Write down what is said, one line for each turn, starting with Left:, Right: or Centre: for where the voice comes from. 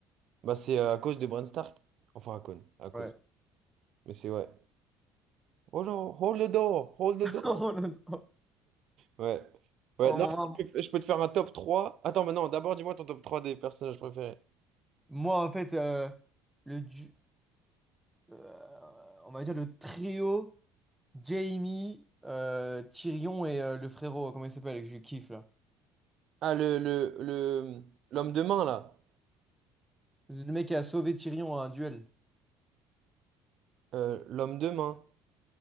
Right: Bah, c'est euh, à cause de Bran Stark. Enfin, à cause. À cause.
Centre: Ouais. <laughs>
Right: Mais c'est ouais. Oh non, hold the door, hold the door.
Centre: Oh, le-
Right: Ouais. Ouais,
Centre: oh,
Right: non,
Centre: maman.
Right: je peux te faire un top trois Attends, mais non, d'abord, dis-moi ton top 3 des personnages préférés.
Centre: Moi, en fait, euh, le, du- euh, on va dire le trio. Jamie, euh, Tyrion et euh, le frérot, comment il s'appelle, que je kiffe là.
Right: Ah, le, le, le, l'homme de main, là.
Centre: Le mec qui a sauvé Tyrion à un duel.
Right: Euh, l'homme de main.